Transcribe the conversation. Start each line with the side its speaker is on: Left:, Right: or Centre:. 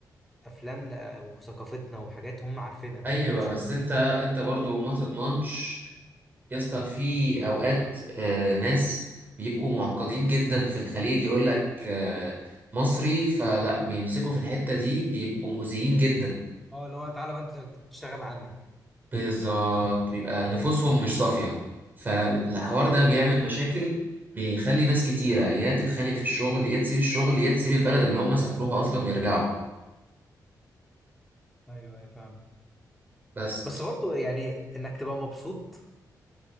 Centre: افلامنا وثقافتنا وحاجات هم عارفينها هم
Right: أيوة
Centre: شاربين
Right: بس أنت أنت برضو ما تضمنش يا اسطى في أوقات آه ناس بيبقوا معقدين جدا في الخليج يقول لك آه مصري فلا بيمسكوا في الحتة دي بيبقوا مؤذيين جدا
Centre: اه اللي هو تعالى بقى انت أنت بتشتغل عندي
Right: بالظبط بيبقى نفوسهم مش صافية فالحوار ده بيعمل مشاكل بيخلي ناس كتيرة يا تتخانق في الشغل يا تسيب الشغل يا تسيب البلد اللي هم سافروها أصلا ويرجعوا
Centre: ايوه ايوه فاهم
Right: بس
Centre: بس برضه يعني انك تبقى مبسوط